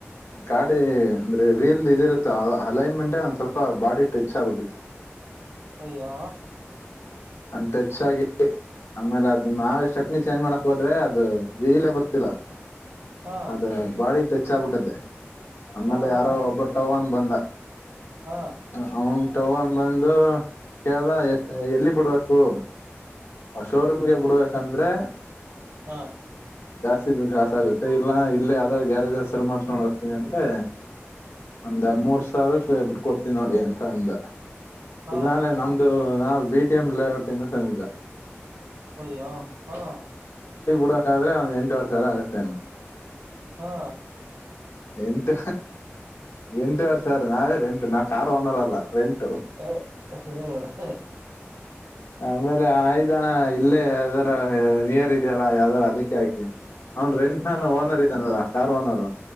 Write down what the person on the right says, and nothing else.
ಅಯ್ಯೋ
ಹಾ
ಹಾ ಹಾ
ಹಾ
ಹಾ
ಹಾ
ಹಾ
ಒಹ್ ಯಹ್ ಹಾ.
ಹಾ
ಹ ಹ್ಮ ಹ
ಹಾ